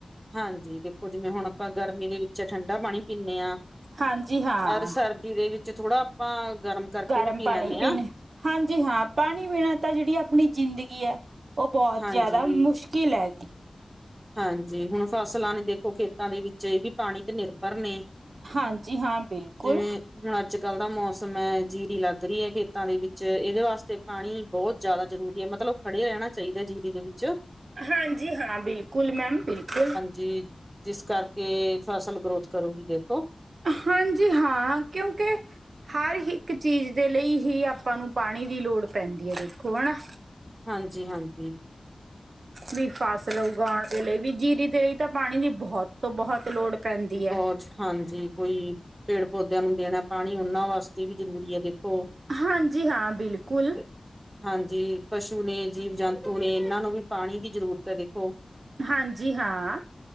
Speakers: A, on the right (about 25°); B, on the right (about 85°).
A: ਹਾਂਜੀ ਦੇਖੋ ਜਿਵੇਂ ਹੁਣ ਆਪਾਂ ਗਰਮੀ ਦੇ ਵਿੱਚ ਠੰਡਾ ਪਾਣੀ ਪੀਂਨੇ ਆ
B: ਹਾਂਜੀ ਹਾਂ
A: ਅਰ ਸਰਦੀ। ਜਿਦੇ ਦੇ ਵਿੱਚ ਥੋੜ੍ਹਾ ਆਪਾਂ ਗਰਮ ਕਰਕੇ
B: ਗਰਮ
A: ਵੀ ਪੀ
B: ਪਾਣੀ
A: ਲੈਂਦੇ
B: ਪੀਨੇ,
A: ਹਾਂ
B: ਹਾਂ ਜੀ ਹਾਂ ਪਾਣੀ ਪੀਣਾ ਤਾਂ ਜਿਹੜੀ ਆਪਣੀ ਜ਼ਿੰਦਗੀ ਐ। ਓ ਬੋਤ
A: ਹਾਂਜੀ
B: ਜਾਦਾ ਮੁਸ਼ਕਿਲ ਹੈਗੀ
A: ਹਾਂਜੀ, ਹੁਣ ਫਸਲਾਂ ਨੇ ਦੇਖੋ ਖੇਤਾਂ ਦੇ ਵਿੱਚ ਇਹ ਵੀ ਪਾਣੀ ਤੇ ਨਿਰਪਰ ਨੇ।
B: ਹਾਂਜੀ ਹਾਂ, ਬਿਲਕੁਲ
A: ਜਿਵੇਂ ਹੁਣ ਅੱਜ-ਕੱਲ ਦਾ ਮੌਸਮ ਐ ਜੀਰੀ ਲੱਗ ਰਹੀ ਖੇਤਾਂ ਦੇ ਵਿੱਚ ਇਹਦੇ ਵਾਸਤੇ ਪਾਣੀ ਬੋਹਤ ਜਾਦਾ ਜ਼ਰੂਰੀ ਐ। ਮਤਲਬ ਖੜੇ ਰਹਿਣਾ ਚਾਹੀਦਾ ਜੀਰੀ ਦੇ ਵਿੱਚ
B: ਹਾਂਜੀ ਹਾਂ, ਬਿਲਕੁਲ ਮੈਮ ਬਿਲਕੁਲ
A: ਜੀ ਜਿਸ ਕਰਕੇ ਫਸਲ ਗਰੋਥ ਕਰੂਗੀ ਦੇਖੋ।
B: ਹਾਂਜੀ ਹਾਂ, ਕਿਉਂਕੇ ਹਰ ਇੱਕ ਚੀਜ਼ ਦੇ ਲਈ ਹੀ ਆਪਾਂ ਨੂੰ ਪਾਣੀ ਦੀ ਲੋੜ ਪੈਂਦੀ ਹੈ, ਦੇਖੋ ਹਨਾ।
A: ਹਾਂਜੀ-ਹਾਂਜੀ
B: ਵੀ ਫ਼ਸਲ ਉਗਾਨ ਦੇ ਲਈ ਵੀ, ਜੀਰੀ ਦੇ ਲਈ ਤਾਂ ਪਾਣੀ ਦੀ ਬੋਹਤ ਤੋ ਬੋਹਤ ਲੋੜ ਪੈਂਦੀ ਹੈ
A: ਬੋਹਤ, ਹਾਂਜੀ, ਕੋਈ ਪੇੜ ਪੌਦਿਆਂ ਨੂੰ ਦੇਣਾ ਪਾਨੀ ਓਹਨਾਂ ਵਾਸਤੇ ਵੀ ਜ਼ਰੂਰੀ ਏ ਦੇਖੋ।
B: ਹਾਂਜੀ ਹਾਂ, ਬਿਲਕੁਲ
A: ਤੇ ਹਾਂਜੀ, ਪਸ਼ੂ ਨੇ ਜੀਵ ਜੰਤੂ ਨੇ ਇਹਨਾਂ ਨੂੰ ਵੀ ਪਾਨੀ ਦੀ ਜ਼ਰੂਰਤ ਅ ਦੇਖੋ।
B: ਹਾਂਜੀ, ਹਾਂ